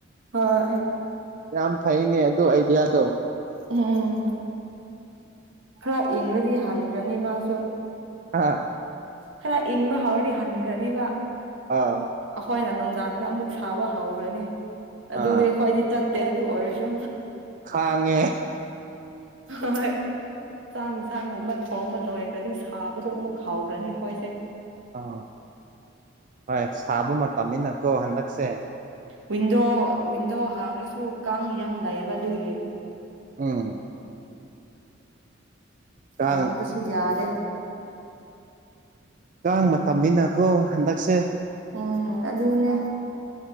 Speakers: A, on the right; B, on the right.
A: ꯍꯣꯏ
B: ꯌꯥꯝ ꯐꯩꯅꯤ ꯑꯗꯨ ꯑꯥꯏꯗꯤꯌꯥꯗꫭ
A: ꯎꯝ ꯈꯔ ꯏꯪꯉꯗꯤ ꯍꯟꯈ꯭ꯔꯅꯤ ꯃꯥꯁꯨ
B: ꯍꯥ
A: ꯈꯔ ꯏꯪꯕ ꯍꯥꯎꯔꯗꯤ ꯍꯟꯈ꯭ꯔꯅꯤꯕ
B: ꯑꯥ
A: ꯑꯩꯈꯣꯏꯅ ꯅꯨꯡꯗꯥꯡꯗ ꯑꯃꯨꯛ ꯁꯥꯕ ꯍꯧꯈ꯭ꯔꯅꯤ ꯑꯗꯨꯗꯤ
B: ꯑꯥ
A: ꯑꯩꯈꯣꯏꯗꯤ ꯆꯠ ꯇ‌ꯦ ꯑꯗꯨ ꯑꯣꯏꯔꯁꯨ
B: ꯈꯥꯡꯉꯦ
A: ꯍꯣꯏ ꯆꯥꯛ ꯌꯦꯟꯁꯥꯡꯒꯨꯝꯕ ꯊꯣꯡꯕ ꯂꯣꯏꯈ꯭ꯔꯗꯤ ꯁꯥꯕꯗꯣ ꯑꯃꯨꯛ ꯍꯥꯎꯈ꯭ꯔꯅꯤ ꯑꯩꯈꯣꯏꯁꯦ
B: ꯑꯥ ꯍꯣꯏ ꯁꯥꯕ ꯃꯇꯝꯅꯤꯅꯀꯣ ꯍꯟꯗꯛꯁꯦ
A: ꯋꯤꯟꯗꯣ ꯋꯤꯟꯗꯣ ꯍꯥꯡꯉꯁꯨ ꯀꯥꯡ ꯌꯥꯝ ꯂꯩꯕ ꯑꯗꯨꯒꯤ ꯑꯣ <unintelligible>
B: ꯎꯝ ꯀꯥꯡ
A: ꯍꯥꯡꯕꯁꯨ ꯌꯥꯗꯦ
B: ꯀꯥꯡ ꯃꯇꯝꯅꯤꯅꯀꯣ ꯍꯟꯗꯛꯁꯦ
A: ꯎꯝ ꯑꯗꯨꯅꯦ